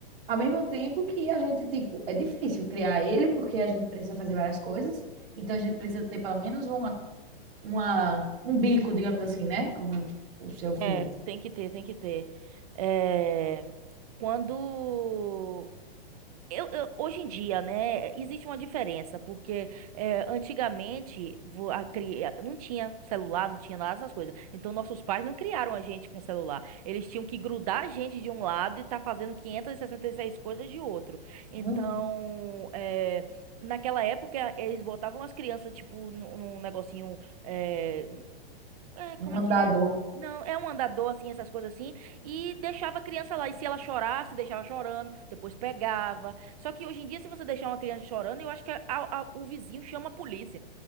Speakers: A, on the right; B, on the right.
A: ao mesmo tempo que a gente, tipo, é difícil criar ele, porque a gente precisa fazer várias coisas. Então a gente precisa ter pelo menos uma, uma, um bico, digamos assim, né? Com o seu filho.
B: É, tem que ter, tem que ter. É, quando. Eu, eu- hoje em dia, né, existe uma diferença, porque é, antigamente vo- a cri- não tinha celular, não tinha nada dessas coisas. Então, nossos pais não criaram a gente com celular. Eles tinham que grudar a gente de um lado e tá fazendo 566 coisas de outro. Então,
A: Um,
B: é, naquela época, eles botavam as crianças, tipo, num, num negocinho. é, é, como
A: um mandador.
B: é que é? Não, é um andador, assim, essas coisas assim. E deixava a criança lá. E se ela chorasse, deixava chorando. Depois pegava. Só que hoje em dia, se você deixar uma criança chorando, eu acho que a- a- o vizinho chama a polícia.